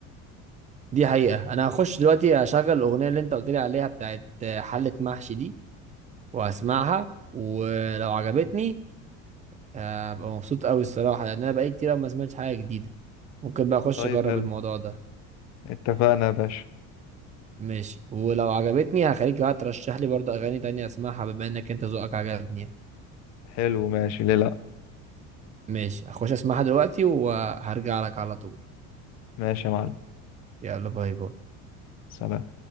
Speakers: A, on the right (about 20°); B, on the left (about 55°).
A: دي حقيقه انا هخش دلوقتي اشغل الاغنيه اللي انت قلت لي عليها بتاعت حله محشي دي وهسمعها ولو عجبتني آه، هبقى مبسوط قوي الصراحة لأن أنا بقالي كتير أوي ما سمعتش حاجة جديدة ممكن بقى أخش
B: طيب
A: أجرب
B: حلو
A: الموضوع ده
B: اتفقنا يا باشا
A: ماشي ولو عجبتني هخليك بقى ترشح لي برضه أغاني تانية أسمعها بما إنك أنت ذوقك عجبني يعني
B: حلو ماشي ليه لأ
A: ماشي هخش أسمعها دلوقتي وهرجع لك على طول
B: ماشي يا معلم
A: يلا باي باي
B: سلام